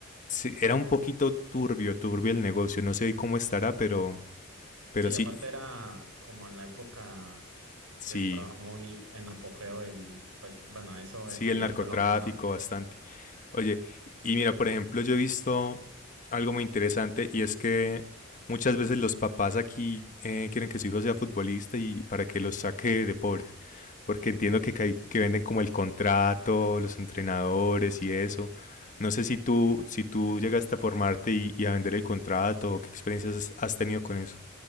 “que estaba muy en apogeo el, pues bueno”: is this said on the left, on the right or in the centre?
Right